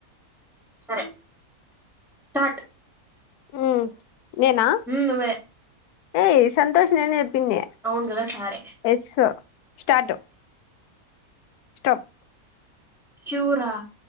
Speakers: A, in the centre; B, on the left (about 80°).
A: సరే కట్
B: మ్మ్ నేనా
A: నువ్వే
B: ఏయ్ సంతోష్ నీనే తిన్యా
A: అవును కదా సరే
B: ఎస్ స్టార్ట్ స్టాప్
A: చ్యూరా